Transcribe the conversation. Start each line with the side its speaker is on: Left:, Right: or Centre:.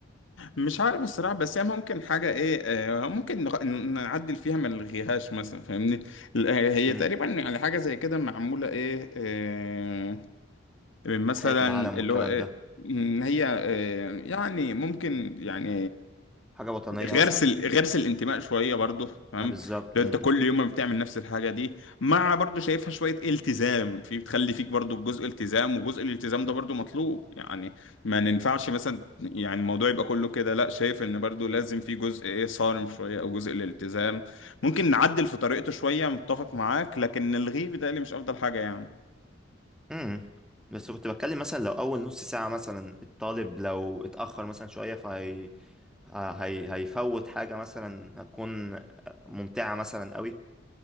Left: مش عارف الصراحة بس هي ممكن حاجة ايه آه، ممكن نغ- ن- نعدل فيها ما نلغيهاش مثلا فاهمني ال- هي
Centre: مم،
Left: تقريبا يعني حاجة زي كده معمولة ايه آه، مثلا
Centre: تحية العلم
Left: اللي
Centre: والكلام
Left: هو آه،
Centre: ده
Left: إن هي آه، يعني ممكن يعني
Centre: حاجة وطنية
Left: غرس
Centre: مثلا
Left: ال- غرس الانتماء شويه برضو تمام
Centre: ما بالظبط
Left: لو
Centre: مم.
Left: انت كل يوم ما بتعمل نفس الحاجه دي مع برضو شايفها شويه التزام في بتخلي فيك برضو جزء التزام وجزء الالتزام ده برضو مطلوب يعني ما ننفعش مثلا يعني الموضوع يبقى كله كده لا شايف ان برضو لازم في جزء ايه صارم شويه او جزء الالتزام ممكن نعدل في طريقته شويه متفق معاك لكن الغيه بيتهيألي مش افضل حاجه
Centre: امم بس كنت بتكلم مثلا لو اول نص ساعة مثلا الطالب لو اتأخر مثلا شوية فهي ه- هي هيفوت حاجة مثلا هتكون ممتعة مثلا قوي